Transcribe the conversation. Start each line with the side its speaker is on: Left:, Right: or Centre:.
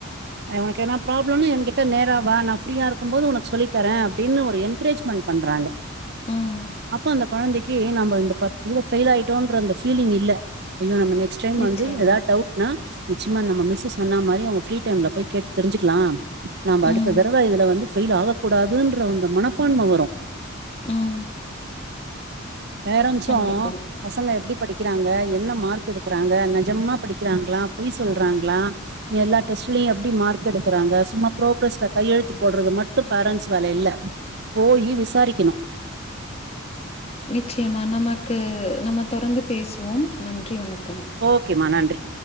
Right: அ உனக்கு எதுனா ப்ராப்ளோனா என்கிட்ட நேரா வா நா ஃப்ரீயா இருக்கு போது உனக்கு சொல்லி தரே அப்டின்னு ஒரு என்கரேஜ்மெண்ட் பண்றாங்க
Left: ம்.
Right: அப்ப அந்த கொழந்தைக்கி நம்ம இந்த ப இதுல ஃபெயில் ஆயிட்டோன்ற அந்த ஃபீலிங் இல்ல ஐயோ நம்ம நே நெக்ஸ்ட் டைம்
Left: நிச்சயமா.
Right: வந்து ஏதா டவுட்னா நிச்சியமா நம்ம மிஸ்ஸு சொன்ன மாரி அவங்க ஃப்ரீ டைம்ல போய் கேட்டு தெரிஞ்சிக்கலா நம்ப அடுத்த
Left: ம்,
Right: தடவ இதுல வந்து ஃபேயில் ஆக கூடாதுன்ற அந்த மனப்பான்ம வரு
Left: ம்.
Right: பேரண்ஸு
Left: கண்டிப்பா.
Right: பசங்க எப்டி படிக்குறாங்க என்ன மார்க் எடுக்குறாங்க நெஜமா படிக்குறாங்களா பொய் சொல்றாங்களா எல்லா டெஸ்ட்லயு எப்டி மார்க் எடுக்குறாங்க சும்மா ப்ரோக்ரஸ்ல கையெழுத்து போட்றது மட்டு பேரன்ட்ஸ் வேல இல்ல போயி விசாரிக்கணு
Left: நிச்சயமா நமக்கு நம்ம தொடர்ந்து பேசுவோ நன்றி வணக்கம்
Right: ஓகே மா நன்றி